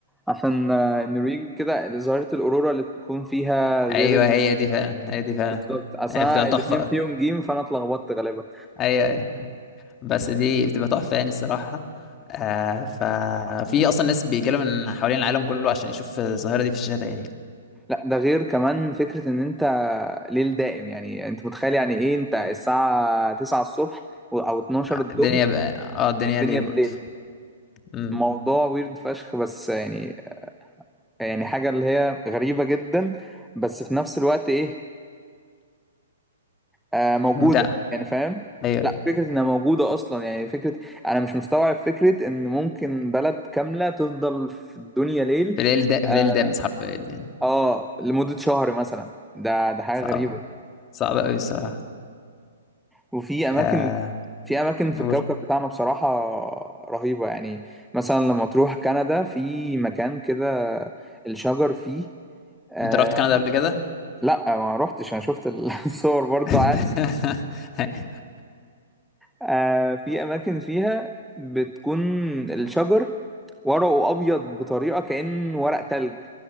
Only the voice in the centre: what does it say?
عشان آه، النرويج كده ظاهرة الأورورا اللي بتكون فيها غير
ال...
بالظبط أصل
أنا
الاتنين
فيهم جيم فأنا اتلخبطت غالبا
لا ده غير كمان فكرة إن أنت ليل دائم يعني أنت متخيل يعني إيه أنت الساعة 9 الصبح و- أو 12
الظهر
الدنيا
بالليل
موضوع ويرد فشخ بس يعني يعني حاجة اللي هي غريبة جدا بس في نفس الوقت إيه آه موجوده
يعني فاهم
لا فكره انها موجوده اصلا يعني فكره انا مش مستوعب فكره ان ممكن بلد كامله تفضل في الدنيا ليل
اه,
آه لمده شهر مثلا ده ده حاجه
غريبه
وفي اماكن
في اماكن في
الكوكب بتاعنا بصراحه رهيبه يعني مثلا لما تروح كندا في مكان كده الشجر فيه آه
لا ما روحتش انا شفت الصور <laughs> برضو
آه في اماكن فيها بتكون الشجر ورقه ابيض بطريقه كأن ورق تلج